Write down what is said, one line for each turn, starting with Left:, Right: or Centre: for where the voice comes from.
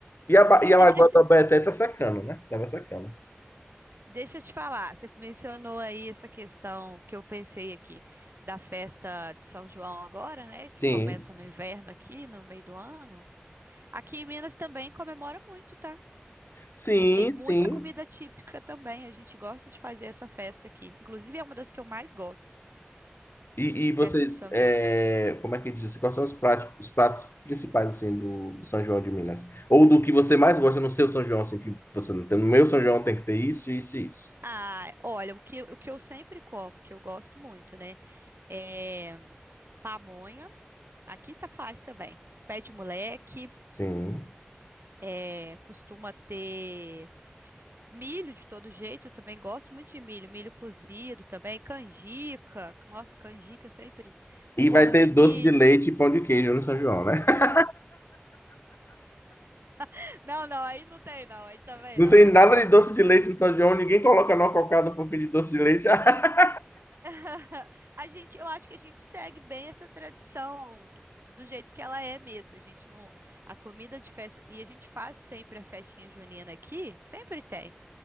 Left: E a, Ba- e a
Right: e
Left: Lagoa
Right: deixa,
Left: da Baeté tá secando, né? Tava secando.
Right: deixa eu te falar, você mencionou aí essa questão que eu pensei aqui da festa de São João agora, né? Que
Left: Sim,
Right: começa no inverno aqui, no meio do ano. Aqui em Minas também comemora muito, tá?
Left: sim,
Right: E tem muita
Left: sim.
Right: comida típica também. A gente gosta de fazer essa festa aqui. Inclusive, é uma das que eu mais gosto,
Left: E, e vocês,
Right: festa de São
Left: é,
Right: João.
Left: como é que diz? assim, Quais são os pratos, os pratos principais, assim, do, do São João de Minas? Ou do que você mais gosta no seu São João, assim, que você não tem. No meu São João tem que ter isso, isso e isso.
Right: Ah, olha, o que, o que eu sempre como, que eu gosto muito, né? É pamonha. Aqui tá faz também. Pé de moleque,
Left: Sim.
Right: é, costuma ter milho de todo jeito, eu também gosto muito de milho, milho cozido também, canjica. Nossa, canjica é sempre o
Left: E
Right: bolo
Left: vai ter
Right: de
Left: doce
Right: milho.
Left: de leite e pão de queijo no São João, né? <laughs>
Right: <laughs> Não, não, aí não tem não, aí também
Left: Não
Right: não.
Left: tem nada de doce de leite no São João, ninguém coloca numa cocada um pouquinho de doce de leite. <laughs>
Right: <laughs> A gente, eu acho que a gente segue bem essa tradição do jeito que ela é mesmo. A gente não, a comida de festa e a gente faz sempre a festinha junina aqui, sempre tem.